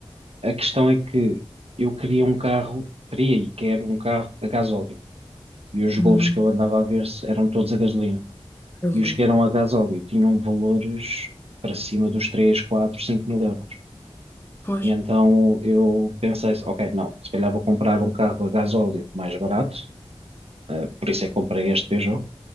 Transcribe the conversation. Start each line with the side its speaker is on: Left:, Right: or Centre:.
Right: A questão é que eu queria um carro, queria e quero um carro a gasóleo. E os
Left: Uhum.
Right: Golfs que eu andava a ver eram todos a gasolina.
Left: Gasolina.
Right: E os que eram a gasóleo tinham valores para cima dos 3 4 5 mil euros.
Left: Pois.
Right: E então eu pensei, ok, não, se calhar vou comprar um carro a gasóleo mais barato, eh, por isso é que comprei este Peugeot,